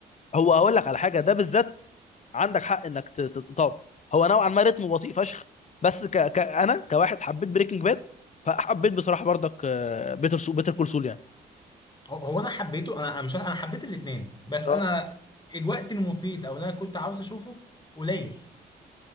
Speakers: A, on the left; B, on the left.
A: هو هقول لك على حاجه ده بالذات عندك حق انك ت- ت- تطور هو نوعا ما رتمه بطيء فشخ بس ك... ك... انا كواحد حبيت بريكنج باد فحبيت بصراحه برضك بيتر سو... بيتر كول سول يعني
B: هو هو انا حبيته انا أنا مش انا حبيت الاثنين بس
A: اه
B: انا الوقت المفيد او اللي انا كنت عاوز اشوفه قليل